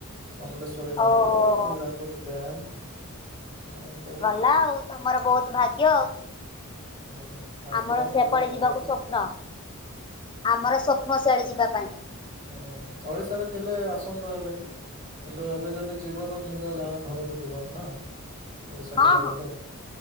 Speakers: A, on the right (about 35°); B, on the left (about 20°).
A: ସମଲେଶ୍ଵରୀ ମନ୍ଦିର
B: ଓହୋ ହୋ
A: ହୀରା କୁଦ୍ ଡ୍ୟାମ ଉଁ ସ
B: ଭଲ ଆଉ ତମର ବହୁତ ଭାଗ୍ୟ।
A: ହୁଁ ହୁଁ ଆସୁନ
B: ଆମର ସେପଟେ
A: କେବେ ବୁଲିବାକୁ
B: ଯିବାକୁ ସ୍ୱପ୍ନ। ଆମର ସ୍ୱପ୍ନ ସିଆଡ଼େ ଯିବା ପାଇଁ।
A: ହୁଁ ଓଡିଶାରେ ଥିଲେ ଆସନ୍ତ ହେଲେ। କିନ୍ତୁ ଏବେ ଯଦି ଯିବ ତ ନିଜ ଗାଁ ଘରକୁ ଯିବ ନା। ଓଡିଶା
B: ହଁ
A: କେବେ
B: ହଁ
A: ଗଲେ।